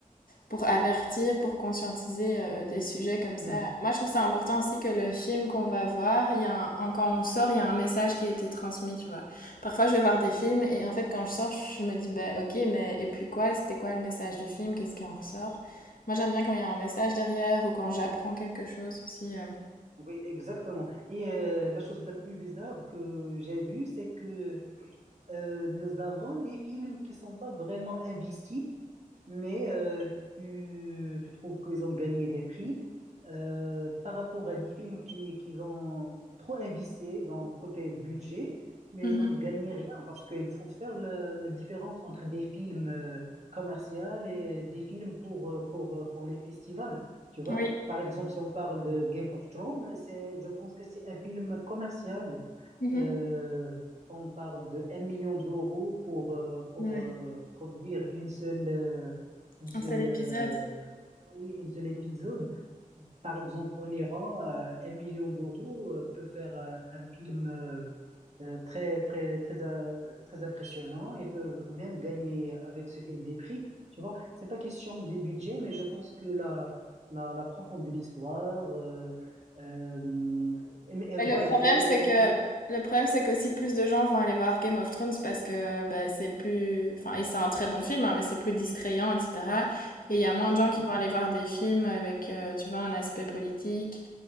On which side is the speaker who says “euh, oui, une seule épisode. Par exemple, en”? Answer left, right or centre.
Right